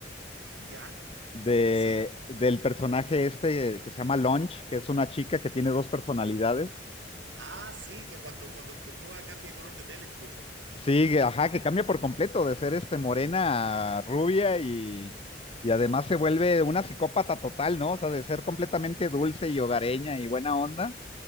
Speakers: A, on the right; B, on the left.
A: ¿Ya?
B: de,
A: ¿Sí?
B: del personaje este que se llama Launch, que es una chica que tiene dos personalidades
A: Ah, sí, que cuando, cuando estornuda cambia de color de pelo incluso.
B: Sí, que- ajá, que cambia por completo de ser este morena a rubia y, y además se vuelve una psicópata total, ¿no? O sea, de ser completamente dulce y hogareña y buena onda,